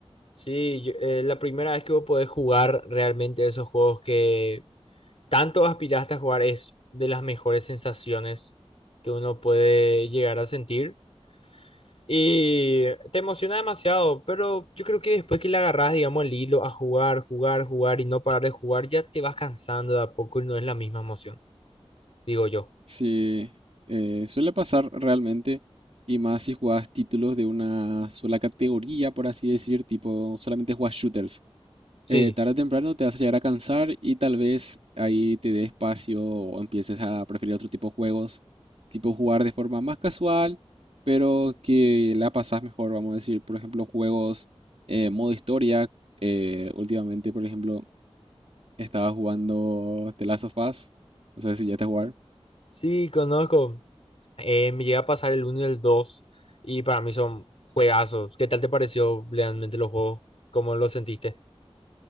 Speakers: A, on the left; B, on the right.
A: sí, yo- eh, la primera vez que vos podés jugar realmente esos juegos que tanto aspiraste a jugar es de las mejores sensaciones que uno puede llegar a sentir. Y te emociona demasiado, pero yo creo que después que le agarras, digamos, el hilo a jugar, jugar, jugar y no parar de jugar, ya te vas cansando de a poco y no es la misma emoción, digo yo.
B: Sí, eh, suele pasar realmente. Y más si juegas títulos de una sola categoría, por así decir, tipo, solamente juegas shooters.
A: Sí,
B: eh, tarde o temprano te vas a llegar a cansar y tal vez ahí te dé espacio o empieces a preferir otro tipo de juegos, tipo jugar de forma más casual, pero que la pasás mejor, vamos a decir, por ejemplo, juegos eh, modo historia. eh, últimamente, por ejemplo, estaba jugando The Last of Us, no sé si ya te jugar,
A: sí, conozco. Eh, me llega a pasar el uno y el 2 y para mí son juegazos. ¿Qué tal te pareció realmente los juegos? ¿Cómo lo sentiste?